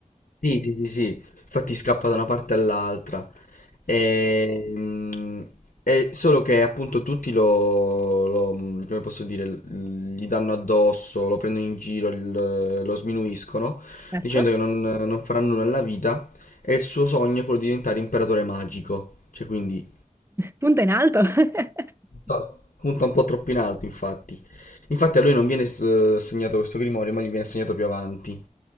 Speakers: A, on the left; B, on the right.
A: Sì, sì, sì, sì, infatti scappa da una parte all'altra. Ehm, È solo che appunto tutti lo, lo- come posso dire, l- gli danno addosso, lo prendono in giro, il- lo sminuiscono,
B: Certo.
A: dicendo che non, non farà nulla nella vita e il suo sogno è quello di diventare imperatore magico. Cioè, quindi
B: Punta in alto. <laughs>
A: to- punta un po' troppo in alto, infatti. Infatti a lui non viene s- assegnato questo grimorio, ma gli viene assegnato più avanti.